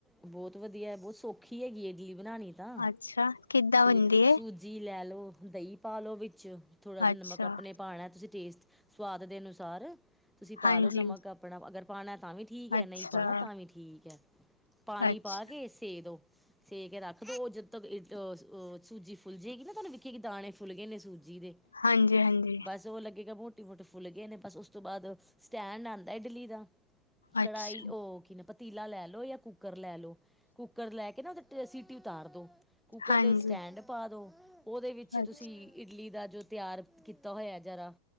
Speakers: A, in the centre; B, on the left.
A: ਬਹੁਤ ਵਧੀਆ ਬਹੁਤ ਸੌਖੀ ਹੈਗੀ ਹੈ ਜੀ, ਬਣਾਣੀ ਤਾਂ
B: ਅੱਛਾ, ਕਿੱਦਾਂ
A: ਸ
B: ਬਣਦੀ ਏ?
A: ਸੂਜੀ ਲੈ ਲਓ, ਦਹੀਂ ਪਾਲੋ ਵਿੱਚ ਥੋੜਾ ਜਿਹਾ
B: ਅੱਛਾ,
A: ਨਮਕ ਆਪਣੇ ਪਾਣਾ, ਤੁਸੀਂ ਟੇਸਟ ਸਵਾਦ ਦੇ ਅਨੁਸਾਰ। ਤੁਸੀਂ ਪਾ
B: ਹਾਂਜੀ।
A: ਲਓ ਨਮਕ ਆਪਣਾ ਅਗਰ ਪਾਣਾ ਤਾਂ ਵੀ ਠੀਕ ਹੈ,
B: ਅੱਛਾ,
A: ਨਹੀਂ ਪਾਣਾ ਤਾਂ ਵੀ ਠੀਕ ਹੈ। ਪਾਣੀ
B: ਅੱਛ
A: ਪਾ ਕੇ ਸੇ ਤੋ ਸੇ ਕੇ ਰੱਖ ਦਿਓ ਉਹ ਜਦੋਂ ਤੱਕ ਅਹਹ ਸੂਜੀ ਫੁੱਲ ਜਾਏਗੀ, ਨਾ ਤੁਹਾਨੂੰ ਵਿਖੇਗੀ ਕਿ ਦਾਣੇ ਫੁੱਲ ਗਏ ਨੇ। ਸੂਜੀ ਦੇ
B: ਹਾਂਜੀ-ਹਾਂਜੀ।
A: ਬਸ ਔ ਲੱਗੇਗਾ। ਟਟੀ ਫਟ ਫੁੱਲ ਗਏ ਨੇ ਬਸ ਉਸ ਤੋਂ ਬਾਅਦ ਸਟੈਂਡ ਆਦਾ ਇਡਲੀ ਦਾ, ਕੜਾਹੀ
B: ਅੱਛਾ।
A: ਉਹ ਕੀ ਨਾ ਪਤੀਲਾ ਲੈ ਲਓ, ਜਾਂ ਕੁ ਕੁੱਕਰ ਲੈ ਲਓ ਕੁੂੱਕਰ ਲੈ ਕੇ ਨਾ ਉਹਦੇ, ਸੀਟੀ ਉਤਾਰ ਦੋ ਕੁੂੱਕਰ
B: ਹਾਂਜੀ।
A: ਦੇ ਸਟੈਂਡ ਪਾ ਦੋ, ਉਹਦੇ ਵਿੱਚ
B: ਅੱਛਾ।
A: ਤੁਸੀਂ ਇਡਲੀ ਦਾ ਜੋ ਤਿਆਰ ਕੀਤਾ ਹੋਇਆ, ਜ਼ਰਾ